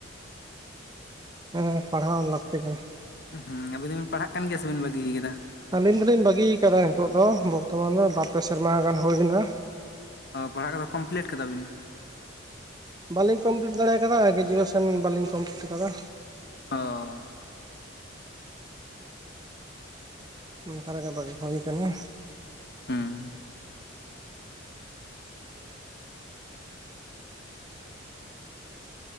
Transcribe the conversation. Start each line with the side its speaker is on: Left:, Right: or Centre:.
Right: ᱦᱮᱸ ᱯᱟᱲᱦᱟᱣ ᱞᱟᱹᱠᱛᱤ ᱠᱟᱱᱟ᱾
Left: ᱦᱚᱸ ᱟᱵᱤᱱ ᱫᱚᱵᱤᱱ ᱯᱟᱲᱦᱟᱜ ᱠᱟᱱ ᱜᱮᱭᱟ ᱥᱮᱵᱤᱱ ᱵᱟᱹᱜᱤ ᱟᱠᱟᱫᱟ
Right: ᱟᱹᱞᱤᱧ ᱫᱚᱞᱤᱧ ᱵᱟᱹᱜᱤᱭ ᱟᱠᱟᱫᱟ ᱱᱤᱛᱚᱜ ᱫᱚ ᱵᱚᱨᱛᱷᱚᱢᱟᱱ ᱨᱮ ᱵᱟᱨᱯᱮ ᱥᱮᱨᱢᱟ ᱜᱟᱱ ᱦᱩᱭᱮᱱᱟ᱾
Left: ᱚ ᱯᱟᱲᱦᱟᱜ ᱠᱚᱫᱚ ᱠᱚᱢᱯᱞᱤᱴ ᱠᱟᱫᱟ ᱵᱤᱱ
Right: ᱵᱟᱞᱤᱧ ᱠᱚᱢᱯᱞᱤᱴ ᱫᱟᱲᱮ ᱟᱠᱟᱫᱟ ᱜᱨᱮᱡᱩᱭᱮᱥᱚᱱ ᱵᱟᱞᱤᱧ ᱠᱚᱢᱯᱞᱤᱴ ᱟᱠᱟᱫᱟ᱾
Left: ᱚ
Right: ᱚᱱᱠᱟ ᱨᱮᱜᱮ ᱵᱟᱜᱤ ᱦᱩᱭ ᱟᱠᱟᱱᱟ᱾
Left: ᱦᱚᱸ